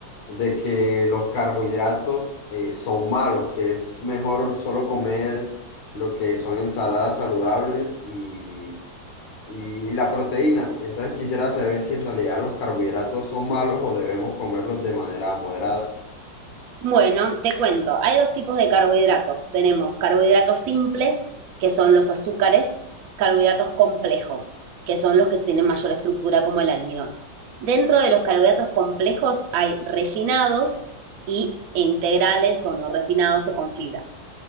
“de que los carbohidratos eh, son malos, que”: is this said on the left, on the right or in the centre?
Left